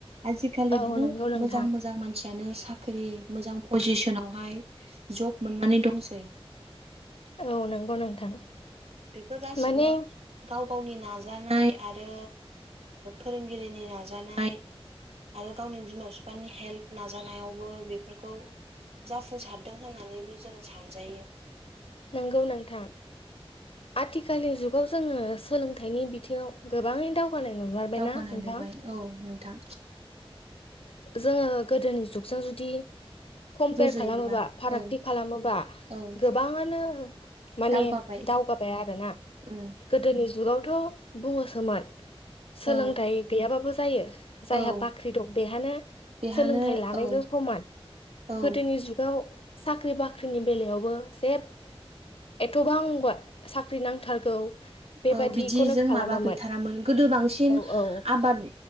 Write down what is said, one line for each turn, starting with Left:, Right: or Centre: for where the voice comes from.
Right: आजिखालि
Left: औ
Right: बुहुत
Left: नंगौ नोंथां
Right: मोजां मोजां मानसि मानसियानो साख्रि मोजां पजिसनावहाय जब मोननानै दंसै
Left: औ नंगौ नोंथां
Right: बेफोर गासिबो
Left: माने
Right: गाव गावनि नाजानाय आरो फोरोंगिरिनि नाजानाय आरो गावनि बिमा बिफानि हेल्प नाजानायावबो बेफोरखौ जाफुंसारदों होननानैबो जों सानजायो
Left: नोंगौ नोंथां आथिखालनि जुगाव जोङो सोलोंथाइनि बिथिङाव गोबाङै दाव दावगानाय नुमारबायना
Right: दावगानाय
Left: नोंथां
Right: नुबाय औ नोंथां
Left: जोङो गोदोनि जुगजों जुदि कमपेयार
Right: रुजुयोबा
Left: खालामोबा फारागथि
Right: औ
Left: खालामोबा
Right: औ
Left: गोबाङानो माने
Right: दावगाबाय
Left: दावगाबाय आरोना
Right: उम
Left: गोदोनि जुगावथ' बुङोसोमोन सोलोंथाइ
Right: औ
Left: गैयाबाबो जायो जायहा
Right: औ
Left: बाख्रि दं बेहानो
Right: बेहानो
Left: सोलोंथाइ लानायजों
Right: औ
Left: समान
Right: औ
Left: गोदोनि जुगाव साख्रि बाख्रिनि बेलायावबो जे एथ'बांबो साख्रि नांथारगौ बेबादिखौनो
Right: औ बिदिजों
Left: खालामामोन
Right: माबा गैथारामोन गोदो बांसिन
Left: औ औ
Right: आबाद